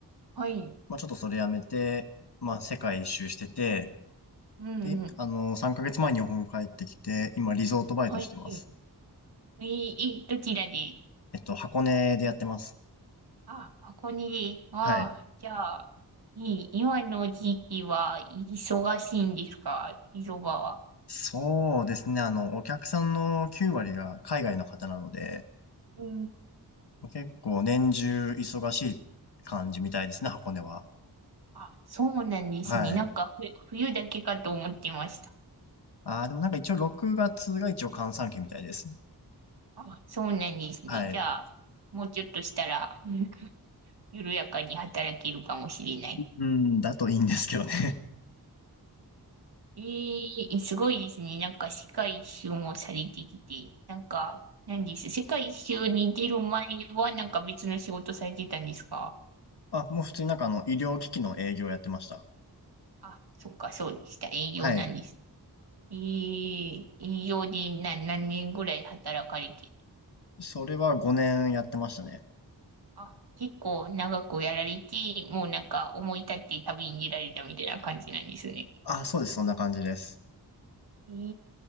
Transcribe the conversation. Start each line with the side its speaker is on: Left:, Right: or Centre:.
Right: はい。
Left: まあ、ちょっとそれやめて、まあ、世界一周してて、
Right: うんうん。
Left: で、あの、3ヶ月前に日本帰ってきて、今、リゾートバイトしてます。
Right: はい。えー、えどちらで
Left: えっと、箱根でやってます。
Right: あ、箱に、ああ、
Left: はい。
Right: じゃあ、いい、今の時期は忙しいんですか、ビゾバは。
Left: そうですね、あの、お客さんの9割が海外の方なので、
Right: うん。
Left: 結構年中忙しい感じみたいですね、箱根は。
Right: あ、そうなんですね。
Left: はい。
Right: なんか、ふ冬だけかと思ってました。
Left: ああ、でもなんか一応6月がつが一応閑散期みたいです。
Right: あ、そうなんですね。
Left: はい。
Right: じゃあ、もうちょっとしたら、うん緩やかに働けるかもしれない。
Left: うん、だといいんですけどね。
Right: ええすごいですね。なんか、世界一周もされてきて、なんか、なんです。世界一周に出る前は、なんか別の仕事されてたんですか
Left: あ、もう普通になんかあの、医療機器の営業やってました。
Right: あ、そっか、そうでした。営業なんです。
Left: はい。
Right: ええ営業で何、何年ぐらい働かれて。
Left: それは5年やってましたね。
Right: あ、結構長くやられて、もうなんか思い立って旅に出られたみたいな感じなんですね。
Left: あ、そうです。そんな感じです。
Right: え